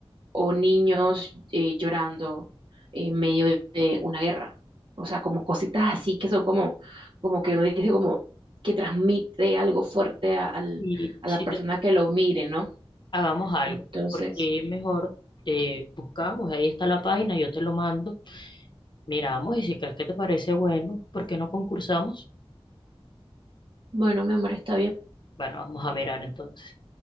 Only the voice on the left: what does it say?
Y
si
te-
hagamos algo,
porque mejor eh, buscamos, ahí está la página, yo te lo mando, miramos y si crees que te parece bueno, ¿por qué no concursamos?
Bueno, vamos a mirar entonces.